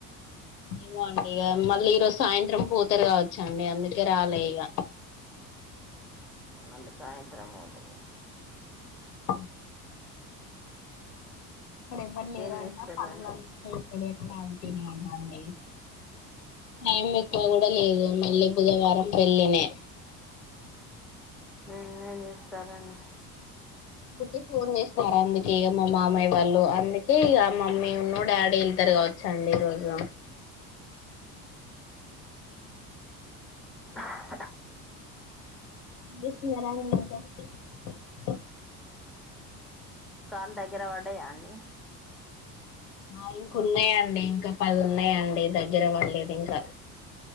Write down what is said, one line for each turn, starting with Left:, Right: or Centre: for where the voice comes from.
Left: ఇగో అండి ఇక మళ్ళీ ఈ రోజు సాయంత్రం పోతారు కావచ్చండి అందుకే రాలే ఇక
Centre: మళ్ళీ సాయంత్రం పోతారు
Left: ఆ ఇక్కడ ఎవ్వరు లేరంట
Centre: ఏం చేస్తారు
Left: పనులన్నీ ఎక్కడిఅక్కడ ఆగిపోయినయంట అండి నాంబిక్ పో కూడా లేదు మళ్ళీ బుధవారం పెళ్ళినే
Centre: స్నానం చేస్తారని
Left: ఊరికే ఫోన్ చేస్నారా అండి ఎమ్మో మావయ్య వాళ్ళు అందుకే ఇగ మమ్మీ ఉన్నూ డాడీ వెళ్తరు కావచ్చండి ఈ రోజు
Centre: హా
Left: బిస్ మ్యా జాంగ్రీ ఏసా
Centre: కాల్ దగ్గర పడ్డాయా అండి
Left: నాయికున్నాయ అండి ఇంక పదున్నాయ్ అండి దగ్గర పడలేదు ఇంకా